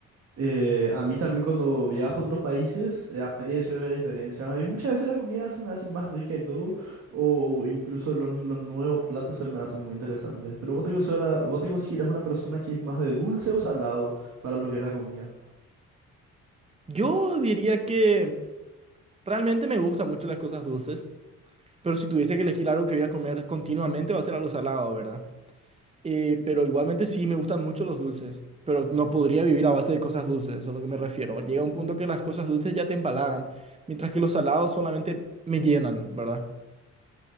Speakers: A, on the right (about 55°); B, on the right (about 20°).
A: Eh, a mí también cuando viajo a otros países eh, aprecio la diferencia. A mí muchas veces la comida se me hace más rica y todo, o incluso los, los nuevos platos se me hacen muy interesantes. Pero vos te consideras, vos te consideras una persona que es más de dulce o salado para lo que es la comida.
B: Yo diría que realmente me gustan mucho las cosas dulces, pero si tuviese que elegir algo que voy a comer continuamente va a ser algo salado, ¿verdad? Eh, pero igualmente sí, me gustan mucho los dulces, pero no podría vivir a base de cosas dulces, eso es a lo que me refiero. Llega un punto que las cosas dulces ya te empalagan, mientras que los salados solamente me llenan, ¿verdad?